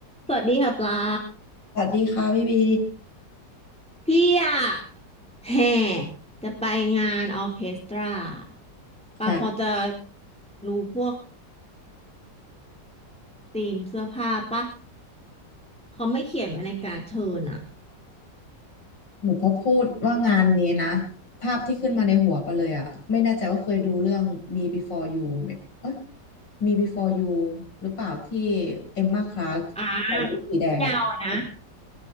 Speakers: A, in the centre; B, on the left.
A: สวัสดีค่ะปลา
B: สวัสดีค่ะพี่บี
A: พี่อะแห่จะไปงานออร์เคสตราปลาพอจะ
B: ค่ะ
A: รู้พวกธีมเสื้อผ้าปะเขาไม่เขียนไว้ในการ์ดเชิญอะ
B: หนูพอพูดว่างานนี้นะภาพที่ขึ้นมาในหัวไปเลยอะไม่แน่ใจว่าเคยดูเรื่อง Me Before You ไหมเอ้ย Me Before You หรือเปล่าที่เอมมาคลาร์กใส่ชุดสีแดงอะ
A: อ่ายาวอะนะ